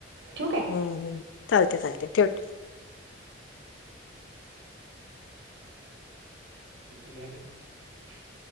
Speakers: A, on the right (about 75°); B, on the left (about 75°).
A: ठेवू काय?
B: हम्म हम् चालत चालते ठेव ठेव.
A: जी <unintelligible>